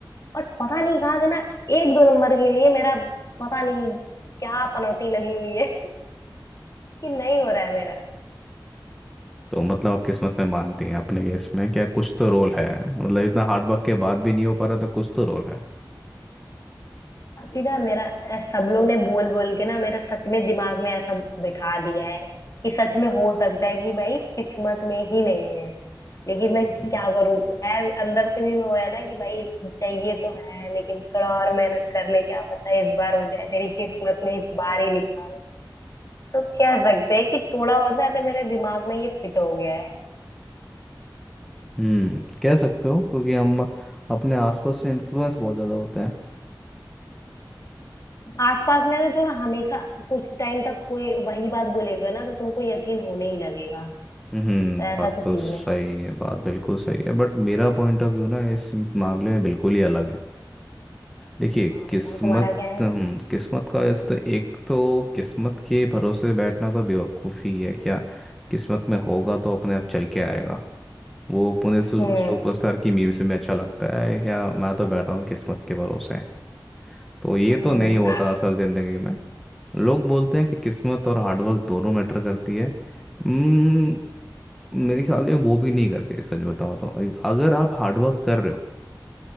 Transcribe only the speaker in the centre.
तो मतलब आप किस्मत में मानती हैं अपने केस में क्या कुछ तो रोल है मतलब इतना हार्डवर्क के बाद भी नहीं हो पा रहा तो कुछ तो रोल है
हम्म
हम्म, कह सकते हो क्योंकि हम अपने आसपास से इन्फ्लुएंस बहुत ज़्यादा होते हैं
हम्म
बात
तो
सही
है बात बिल्कुल सही है बट मेरा पॉइंट ऑफ व्यू ना इस मामले में बिल्कुल ही अलग है देखिए
किस्मत
हम्म, किस्मत का जैसे तो एक तो किस्मत के भरोसे बैठना तो बेवकूफ़ी है क्या किस्मत में होगा तो अपने आप चल के आएगा वो पुणे सु-
सुपरस्टार की मीम से भी अच्छा लगता है क्या मैं तो बैठा हूँ किस्मत के भरोसे तो ये
तो नहीं होता असल ज़िंदगी में लोग बोलते हैं कि किस्मत और हार्डवर्क दोनों मैटर करती है हम्म, मेरे ख्याल में वो भी नहीं करते सच बताओ तो अगर आप हार्डवर्क कर रहे हो